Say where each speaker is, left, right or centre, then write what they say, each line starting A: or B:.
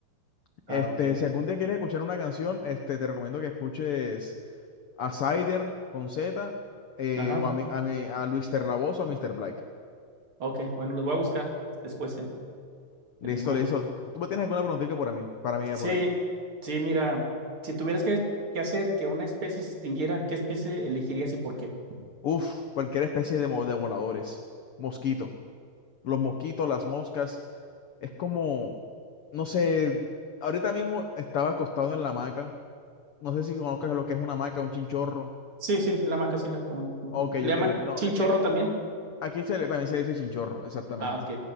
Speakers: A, on the left; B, on the right.
A: Este,
B: Ah, ok.
A: si algún día quieres escuchar una canción, este, te recomiendo que escuches a Cider con Z, eh,
B: Ajá.
A: o a, mi, a, mi, a Luis Terlavoz o a Mr. Black.
B: Ok. Bueno, los voy a buscar después en,
A: Listo,
B: en el Google.
A: listo. ¿Tú me tienes alguna preguntita por a mí, para mí, eh,
B: Sí,
A: por ahí?
B: sí, mira, si tuvieras que, que hacer que una especie se extinguiera, ¿qué especie elegirías y por qué?
A: Uf, cualquier especie de, mo- de voladores. Mosquito. Los mosquitos, las moscas. Es como No sé, ahorita mismo estaba acostado en la hamaca. No sé si conozcas lo que es una hamaca, un chinchorro.
B: Sí, sí, la maca sí la con, no
A: Ok, yo
B: ¿Le llaman
A: que le... No,
B: chinchorro
A: es que
B: también?
A: aquí se le, también se dice chinchorro, exactamente.
B: Ah, ok.